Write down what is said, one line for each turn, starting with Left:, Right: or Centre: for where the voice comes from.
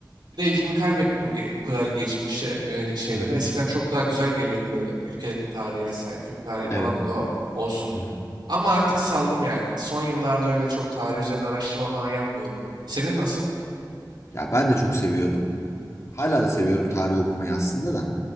Right: Bir de ilgimi kaybettim ge- o kadar geçmişe yönelik şeylere.
Left: Hı hı.
Right: Eskiden çok daha güzel geliyordu böyle ülkelerin tarihi vesaire. Türk tarihi
Left: Evet.
Right: falan da o olsun.
Left: Hı hı.
Right: Ama artık saldım yani. Son yıllarda öyle çok tarih üzerine araştırma falan yapmıyorum. Senin nasıl?
Left: Ya ben de çok seviyordum. Hala da seviyorum tarih okumayı aslında da.